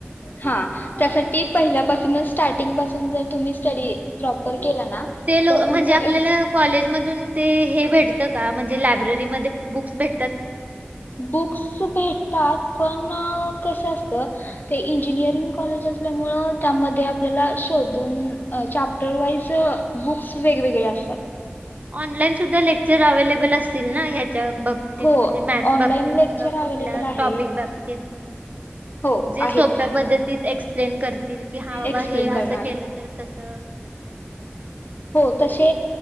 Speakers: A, on the left (about 50°); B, on the right (about 40°).
A: हा! त्यासाठी पहिल्यापासू् न स्टार्टिंग पासून जर तुम्ही, स्टडी प्रॉपर केला ना
B: केल
A: तर तुमचा
B: म्हणजे आपल्याला
A: एक
B: कॉलेजमधून, ते हे भेटत का म्हणजे लॅब ब्ररीमध्ये बुक्स भेट
A: बुक्स भेटतात पण कसं असत ते इंजिनियरिंग कॉलेज, असल्यामुळे त्यामध्ये आपल्याला शोधून चाप्टर वाईज बुक्स वेगवेगळे असतात.
B: ऑनलाईन सुद्धा लेक्चर अवेलेबल असतील ना ह्या च्या बाबतीत
A: हो
B: म्हणजे मॅथ
A: ऑनलाईन
B: बाबतीत
A: लेक्चर
B: किंवा कुठल्या
A: अवेलेबल आहेत
B: टाॅपीक बाबतीत
A: हो
B: जे
A: आहेत
B: सोप्यापद्धतीत
A: की
B: एक्स प्लेन करतील की हा बाबा
A: एक्सप्लेन
B: हे
A: करणारे
B: असं केलं तर तसं
A: हो तशे